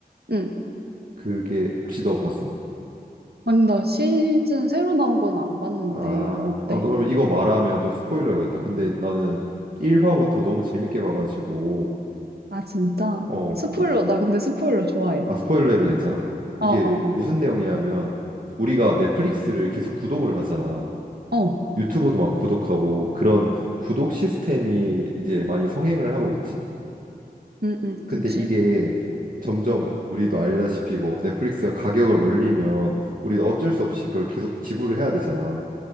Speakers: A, on the right (about 75°); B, on the right (about 55°).
A: 응.
B: 그게 혹시 너 봤어?
A: 아니, 나 시즌 새로 나온 건 안 봤는데
B: 아,
A: 어때?
B: 아 그러면 이거 말하면 좀 스포일러겠다. 근데 나는 1화부터 너무 재밌게 봐가지고,
A: 아, 진짜?
B: 어,
A: 스포일러,
B: 이-
A: 나 근데 스포일러 좋아해.
B: 아, 스포일러 해도 괜찮아? 이게
A: 어, 어,
B: 무슨 내용이냐면 우리가 넷플릭스를 계속 구독을 하잖아.
A: 어. 어.
B: 유튜브도 막 구독하고 그런 구독 시스템이 이제 많이 성행을 하고 있지.
A: 응, 응,
B: 근데
A: 그치.
B: 이게 점점 우리도 알다시피 뭐 넷플릭스가 가격을 올리면 우리도 어쩔 수 없이 그걸 계속 지불을 해야 되잖아.